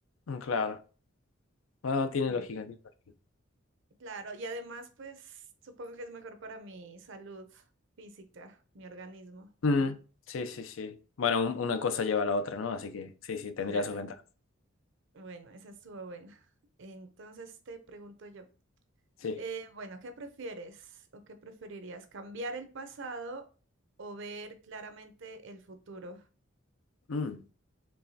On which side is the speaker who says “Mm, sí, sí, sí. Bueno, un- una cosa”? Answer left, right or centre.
Left